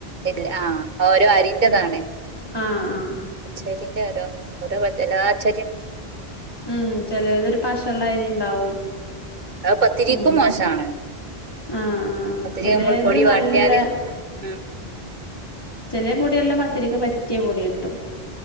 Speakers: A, on the right; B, on the left.
A: ഇല്ല ആ ഓരോ അരിന്റതാണ്
B: ആഹ് ആഹ്
A: ശതിന്റെ ലൊ ഓരോ പറ്റ <unintelligible>
B: ഉം ചെലൊരു പഷള്ളരി ഇണ്ടാവും
A: അ പത്തിരിക്കും
B: ഉം
A: മോശാണ്
B: ആഹ് ആഹ് ആഹ്
A: പത്തിരി
B: ചെലേത്
A: നമ്മള് പൊടി വാട്ടിയാല്
B: നല്ല
A: ഉം
B: ചെല പൊടി നല്ല പത്തിരിക്ക് പറ്റിയ പൊടി കിട്ടും